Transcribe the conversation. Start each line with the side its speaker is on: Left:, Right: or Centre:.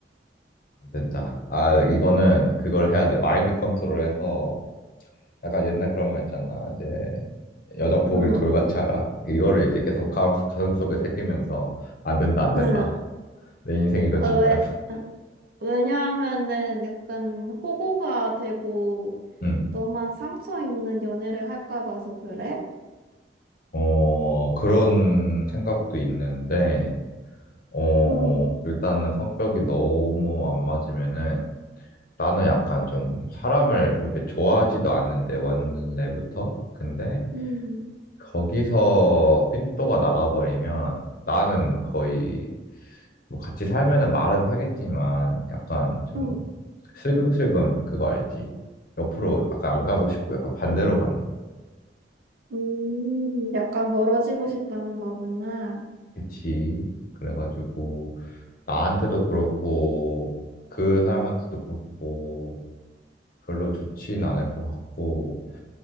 Left: 안 된다. 아, 이거는 그걸 해야 돼. 마인드 컨트롤해서 약간 옛날 그런 말 있잖아. 이제 여자 보길
Right: 응,
Left: 돌같이 알아. 이거를 이제 계속 가슴, 가슴속에 새기면서 안 된다, 안 된다.
Right: 응.
Left: 내 인생이 더 중요하다.
Right: 어, 왜? 응. 왜냐하면은 약간 호구가 되고
Left: 음.
Right: 너만 상처 입는 연애를 할까 봐서 그래?
Left: 어, 그런 생각도 있는데, 어,
Right: 음,
Left: 일단은 성격이 너무 안 맞으면은 나는 약간 좀 사람을 그렇게 좋아하지도 않는데, 원래부터. 근데
Right: 음,
Left: 거기서 핀도가 나가버리면 나는 거의 뭐 같이 살면은 말은 하겠지만 약간 좀
Right: 음,
Left: 슬금슬금 그거 알지? 옆으로 약간 안 가고 싶고 약간 반대로 가는 거.
Right: 음, 약간 멀어지고 싶다는 거구나.
Left: 그치? 그래가지고 나한테도 그렇고 그 사람한테도 그렇고 별로 좋진 않을 것 같고